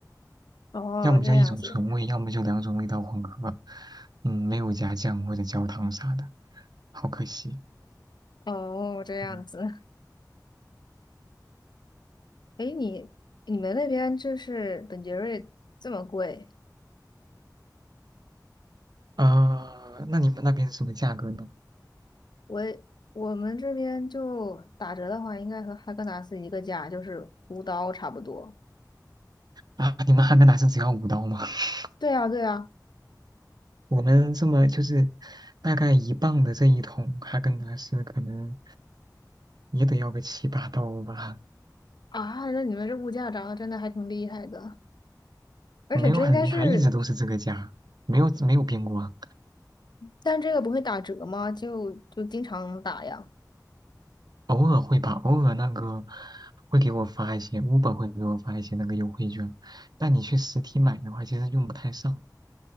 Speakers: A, on the left (about 85°); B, on the right (about 70°).
A: 哦，
B: 要么就一种纯味，
A: 这样子，
B: 要么就两种味道混合，嗯，没有加酱或者焦糖啥的，好可惜。
A: 哦，这样子。
B: 嗯
A: 诶，你你们那边就是本杰瑞这么贵？
B: 啊、那你们那边是什么价格呢？
A: 我我们这边就打折的话，应该和哈根达斯一个价，就是五刀差不多。
B: 啊，你们哈根达斯只要五刀吗？<laughs>
A: 对啊，对啊，
B: 我们这么就是大概一磅的这一桶哈根达斯，可能也得要个七八刀吧，
A: 啊，那你们这物价涨得真的还挺厉害的，而且这应该是，
B: 没有很厉害，一直都是这个价，没有没有变过啊，
A: 但这个不会打折吗？就就经常打呀。
B: 偶尔会吧，偶尔那个会给我发一些五 b 会给我发一些那个优惠券，但你去实体买的话，其实用不太上，